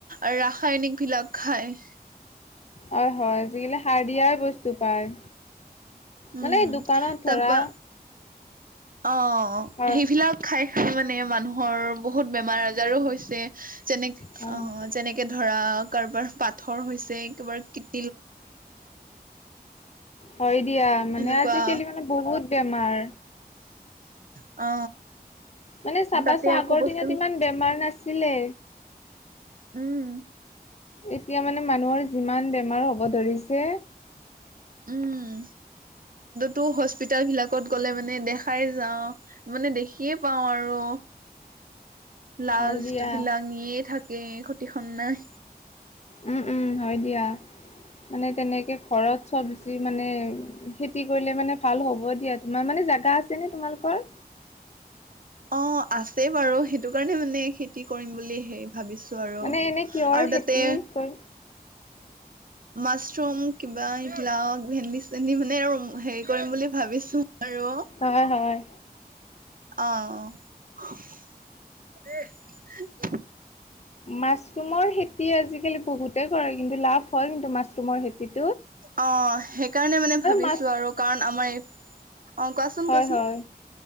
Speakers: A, on the right; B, on the left.
A: আৰু ৰাসায়নিকবিলাক খায়
B: হয়-হয় আজিকালি সাৰ দিয়াই বস্তু পায়।
A: উম
B: মানে দোকানত ধৰা
A: তাৰপা অ,
B: হয়
A: সেইবিলাক খাই খাই মানে মানুহৰ বহুত বেমাৰ আজাৰো হৈছে। যেনেক
B: হয়
A: অ
B: হয়।
A: যেনেকে ধৰা কাৰোবাৰ পাথৰ হৈছে কি
B: হয় দিয়া মানে
A: এনেকুৱা
B: আজিকালি মানে বহুত বেমাৰ
A: অ,
B: মানে চাবাচোন
A: তাতে আকৌ
B: আগৰ
A: বস্তু
B: দিনত ইমান বেমাৰ নাছিলে।
A: উম,
B: এতিয়া মানে মানুহৰ যিমান বেমাৰ হ'ব ধৰিছে।
A: উম, তো হস্পিিতাল বিলাকত গ'লে মানে দেখাই যাও মানে দেখিয়ে পাও আৰু লাজ
B: হয় দিয়া
A: বিিলাঙিয়ে থাকে খ্ষতিখন নাই
B: উম উম হয় দিয়া
A: <unintelligible>
B: মানে তেনেকে ঘৰত চব বেছি মানে খেতি কৰিলে মানে ভাল হ'ব দিয়া তোমাৰ মানে জ গা আছেনে তোমালোকৰ
A: অ আছে বাৰু সেইটো কাৰণে মানে খেতি কৰিম বুলি হেৰি ভাবিছো আৰু
B: মানে এনে কিহৰ
A: আৰু
B: খেতি
A: তাতে
B: কৰি
A: মাছৰুম কিবা ইবিলাও ভেন্দি চেন্দি মানে আৰু হেৰি কৰিম বুলি ভাব ভাবিছো আৰু
B: অ হয়
A: অ
B: মাছৰুমৰ খেতি আজিকালি বহুতে কৰে কিন্তু লাভ ফল কিন্তু মাছটো মই খেতিত
A: অ সেইকাৰণে মানে ভাবিছো
B: মাছ
A: আৰু কাৰণ আমাৰ এই অ কোৱাচোন
B: হয়
A: কোৱাচোন
B: হয়